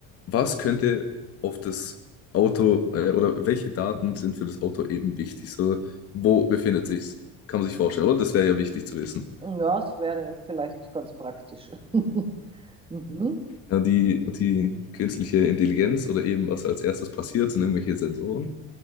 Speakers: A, on the left; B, on the right.
A: was könnte auf das Auto äh, oder welche Daten sind für das Auto eben wichtig? So, wo befindet sich's? Kann man sich vorstellen, oder? Das wäre ja wichtig zu wissen.
B: Ja, es wäre vielleicht ganz praktisch. <laughs> Mhm.
A: Ja, die, die künstliche Intelligenz oder eben was als erstes passiert, sind irgendwelche Sensoren,